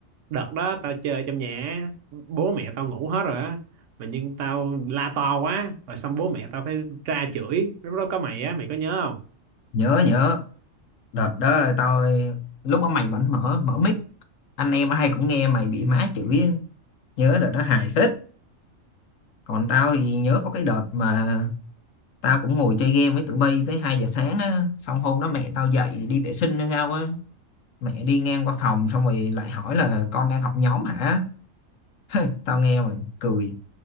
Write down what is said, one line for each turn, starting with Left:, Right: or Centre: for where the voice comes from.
Right: đợt đó tao chơi trong nhà á, bố mẹ tao ngủ hết rồi á mà nhưng tao la to quá rồi xong bố mẹ tao phải ra chửi lúc đó có mày á mày có nhớ không
Left: nhớ nhớ đợt đó tao ờ, lúc đó mày vẫn mở mở mic anh em hay cũng nghe mày bị má chửi nhớ đợt đó hài phết còn tao thì nhớ có cái đợt mà tao cũng ngồi chơi game với tụi bay tới 2 giờ sáng á xong hôm đó mẹ tao dậy đi vệ sinh hay sao á mẹ đi ngang qua phòng xong rồi lại hỏi là con đang học nhóm hả <laughs> tao nghe mà cười